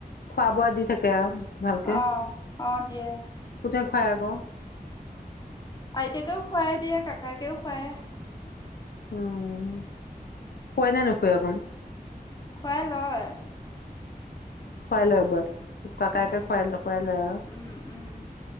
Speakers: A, on the left; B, on the left.
A: খোৱা বোৱা দি থাকে আৰু ভালকে
B: অ', অ', দিয়ে।
A: কোট হয় আকৌ
B: আইতাকেও খুৱাই দিয়ে কাকাইকেও খুৱায়
A: উম শুৱাই নে নুখুৱে অকণ
B: খোৱাই নহয়
A: খুৱাই লয় বু কাকাকে
B: উম
A: খুৱাই ল খুৱাই লয় আৰু
B: উম উম